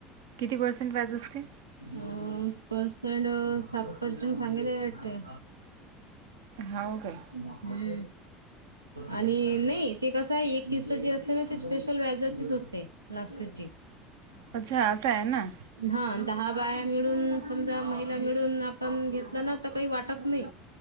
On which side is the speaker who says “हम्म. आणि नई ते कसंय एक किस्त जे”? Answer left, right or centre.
Right